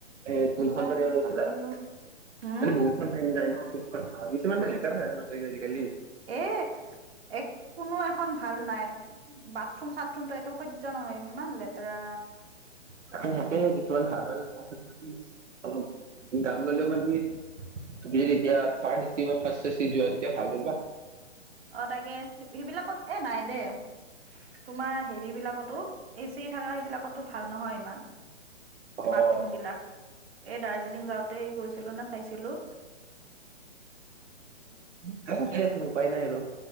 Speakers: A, on the right (about 80°); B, on the right (about 55°).
A: এ
B: কিবা
A: কোনখন <unintelligible>
B: হেইত
A: গৈছিলা
B: পাহৰিলো হুম
A: মানে বহুতখন চাগে যায় ন <unintelligible> তই আজিকা
B: এ এক কোনো এখন ভাল নাই বাথৰুম চাথৰুমটো একদম সহ্য নহয়। উমান লেতেৰা।
A: তাকে থাকে কিছুমান ভাল ভাল চফ অলপ গামগল মান তুমি যে এতিয়া থডি বা ফ এ যোৱা এতিয়া ভাল বা <inaudible>
B: অ, তাকে সেইবিলাকত এ নাই দেই তোমাৰ হেৰি বিলাকতো এচি থকা সেইবিলাকতো ভাল নহয় ইমান
A: অ',
B: বাথৰুম বিলাক এই দাৰ্জিলিং যাওঁতে কৰিছিলো নে চাইছিলো
A: <unintelligible> উপায় নাই আৰু